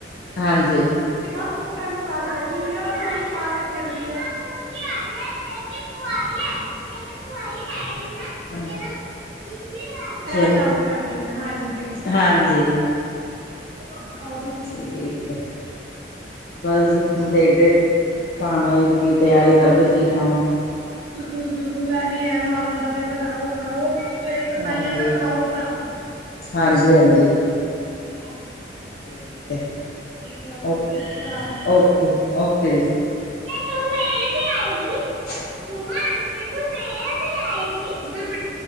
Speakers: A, on the left; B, on the right.
A: ਹਾਂਜੀ,
B: ਤੇ ਬਸ ਉਸ ਟਾਈਮ ਵੀ ਪਾ ਕੇ ਬੈਠੀ ਹੁੰਦੀ ਆ ਉਸ ਟਾਈਮ ਵੀ ਪਾ ਕੇ ਫਿਰਦੀ ਹੈ <unintelligible>
A: ਹ
B: ਇਹ
A: ਚਲੋ
B: ਕੰਮ ਕਰਦੇ ਆ ਹਾਂਜੀ,
A: ਹਾਂਜੀ
B: <unintelligible>
A: ਠੀਕ ਹੈ <unintelligible> ਬਸ ਜੀ
B: ਹਾਂਜੀ,
A: ਹੁਣ ਦੇਖਦੇ ਖਾਣੇ ਦੀ ਕੀ ਤਿਆਰੀ ਕਰਦੇ ਕੀ ਖਾਣਾ
B: ਬਿਲਕੁਲ ਬਿਲਕੁਲ ਇਹੀ ਹੈ ਮਾਵਾਂ ਦਾਦੇ ਬਣਾਓ ਖਾਓ ਤੇ ਸਤਾਹੀਆਂ
A: ਹਾਂਜੀ
B: ਫੇਰ ਖਾਓ ਬਣਾਓ
A: ਹਾਂਜੀ ਹਾਂਜੀ,
B: ਹ
A: ਠੀਕ ਹੈ
B: ਠੀਕ ਹੈ ਓ ਸਤਿ
A: ਓਕੇ
B: ਸ਼੍ਰੀ ਅਕਾਲ <unintelligible>
A: ਓਕੇ ਓਕੇ ਜੀ
B: ਤੂੰ ਮੇਰੇ ਤੇ ਆਈਗੀ,
A: <unintelligible>
B: ਮ ਆਏ